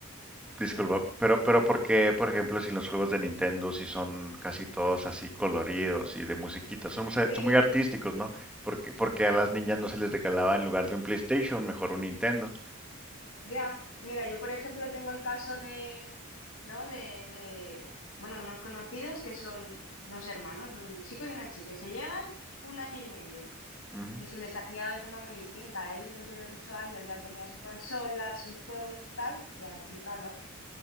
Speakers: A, in the centre; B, on the left.
A: Disculpa,
B: dime.
A: pero, pero porque por ejemplo, si los juegos de Nintendo si son casi todos así coloridos y de musiquita? Son, muy-
B: Sí,
A: son muy artísticos, ¿no? Porque, porque a las niñas no se les regalaba en lugar de un PlayStation, mejor un Nintendo.
B: ya. Mira, yo por ejemplo tengo el caso de, ¿no? De, de, bueno, de unos conocidos que son dos hermanos, un chico y una chica, y se llevan un año y medio.
A: Ujú,
B: Y se les ha criado de forma muy distinta. Él desde los ocho años ya tenía su consola, sus juegos, sus tal, y a la chica no.